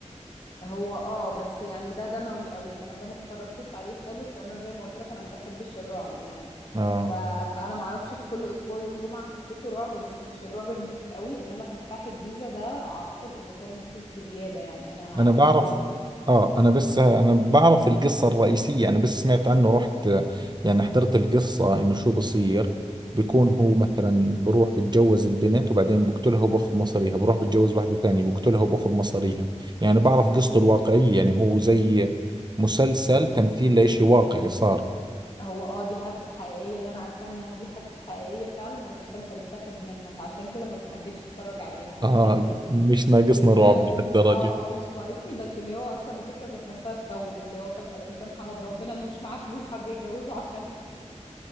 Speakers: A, on the left (about 45°); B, on the right (about 35°).
A: هو اه بس يعني ده دموي قوي انا ده ما اتفرجتش عليه خالص لان أنا زي ما قلت لك انا ما بحبش الرعب يعني
B: اه
A: ف... فانا ما اعرفش في كل اسبوع يوم جمعة حسيته رعب بس مش الرعب المخيف قوي انما سفاح الجيزة ده اعتقد انه كان مخيف بزيادة يعني انا عارفة
B: انا بعرف
A: انه كان
B: اه انا بس انا بعرف القصة الرئيسية انا بس سمعت عنه رحت يعني حضرت القصة انه شو بصير بيكون هو مثلا بروح بتجوز البنت وبعدين بقتلها وباخذ مصاريها بروح بتجوز واحدة ثانية بقتلها وباخذ مصاريها يعني بعرف قصته الواقعية يعني هو زي مسلسل تمثيل لإشي واقعي صار
A: هو اه دي حادثة حقيقية اللي انا عارفة انها دي حادثة حقيقية فعلا والمسلسل اتاخد منها فعشان كده ما بحبتش اتفرج عليها انا
B: اه
A: بخاف اصلا
B: مش ناقصنا رعب
A: يعني
B: لهالدرجة
A: اه اه مش ناقصني بس اللي هو اصلا الفكره ذات نفسها تخوف اللي هو فجاه الانسان حمد ربنا انه مش معاه فلوس حد يتجوزه عشانها